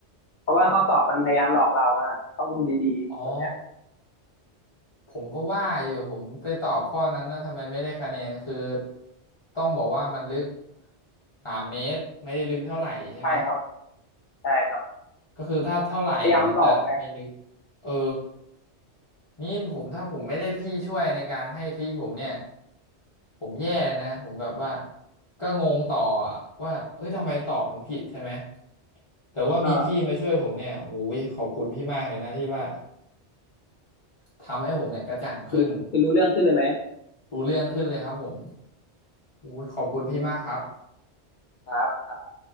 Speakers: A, on the left; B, on the left.
A: เพราะว่าข้อสอบมันพยายามหลอกเรานะต้องดูดีๆส่วนเนี้ย
B: อ๋อ ผมก็ว่าอยู่ผมไปตอบข้อนั้นนะทำไมไม่ได้คะแนนคือต้องบอกว่ามันลึกสามเมตรไม่ได้ลึกเท่าไหร่ใช่ไหม
A: ใช่ครับใช่ครับ
B: ก็คือถ้าเท่าไหร่เนี่ยมันจะไม่ลึก
A: พยายามหลอกนะ
B: เออนี่ผมถ้าผมไม่ได้พี่ช่วยในการให้ทริคผมเนี่ยผมแย่นะผมแบบว่าก็งงต่อว่าเอ้ยทำไมตอบถึงผิดใช่ไหมแต่ว่ามีพี่มาช่วยผมเนี่ยโอ้ยขอบคุณพี่มากเลยนะที่ว่า
A: เออ
B: ทำให้ผมเนี่ยกระจ่างขึ้น
A: คือคือรู้เรื่องขึ้นเลยไหม
B: รู้เรื่องขึ้นเลยครับผมอุ้ยขอบคุณพี่มากครับ
A: มครับครับ